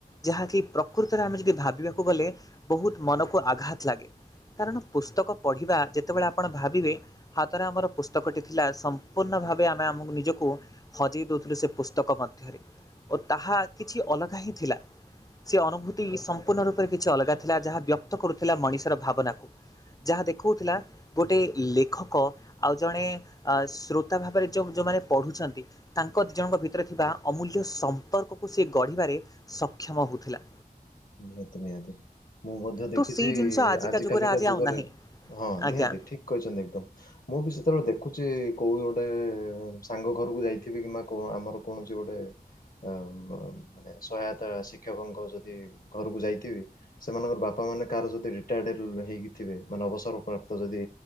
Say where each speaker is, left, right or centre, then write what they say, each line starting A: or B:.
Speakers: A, on the left; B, on the left.
A: ଯାହାକି ପ୍ରକୃତରେ ଆମେ ଯଦି ଭାବିବାକୁ ଗଲେ ବହୁତ ମନକୁ ଆଘାତ ଲାଗେ। କାରଣ ପୁସ୍ତକ ପଢ଼ିବା ଯେତେବେଳେ ଆପଣ ଭାବିବେ ହାତରେ ଆମର ପୁସ୍ତକଟି ଥିଲା ସମ୍ପୂର୍ଣ୍ଣ ଭାବେ ଆମେ ଆମକୁ ନିଜକୁ ହଜେଇ ଦେଉଥିଲୁ ସେ ପୁସ୍ତକ ମଧ୍ୟରେ ଓ ତାହା କିଛି ଅଲଗା ହିଁ ଥିଲା। ସେ ଅନୁଭୂତି ସମ୍ପୂର୍ଣ୍ଣ ରୂପରେ କିଛି ଅଲଗା ଥିଲା ଯାହା ବ୍ୟକ୍ତ କରୁଥିଲା ମଣିଷର ଭାବନାକୁ। ଯାହା ଦେଖଉଥିଲା ଗୋଟେ ଲେଖକ ଆଉ ଜଣେ ଶ୍ରୋତା ଭାବରେ ଯ ଯୋଉମାନେ ପଢ଼ୁଛନ୍ତି ତାଙ୍କ ଦିଜଣଙ୍କ ଭିତରେ ଥିବା ଅମୂଲ୍ୟ ସମ୍ପର୍କ କୁ ସେ ଗଢ଼ିବାରେ ସକ୍ଷମ ହଉଥିଲା।
B: ନିହାତି ନିହାତି ମୁଁ ମଧ୍ୟ ଦେଖିଛି
A: ତ ସେଇ ଜିନିଷ ଆଜିକା
B: ଆଜି କାଲିକା ଯୁଗରେ
A: ଆଉ ନାହିଁ।
B: ହଁ
A: ଆଜ୍ଞା
B: ନିହାତି ଠିକ୍ କହିଛନ୍ତି ଏକଦମ୍‌। ମୁଁ ବି ସେତେବେଳେ ଦେଖୁଛି କୋଉ ଗୋଟେ ସାଙ୍ଗ ଘରକୁ ଯାଇଥିବି କିମ୍ବା କଉ ଆମର କୌଣସି ଗୋଟେ ଅ ମାନେ ସହାୟତା ଶିକ୍ଷକଙ୍କ ଯଦି ଘରକୁ ଯାଇଥିବି ସେମାନଙ୍କର ବାପା ମାନେ କାହାର ଯଦି ରିଟାୟାର୍ଡ ହେଇକିଥିବେ ମାନେ ଅବସର ପ୍ରାପ୍ତ ଯଦି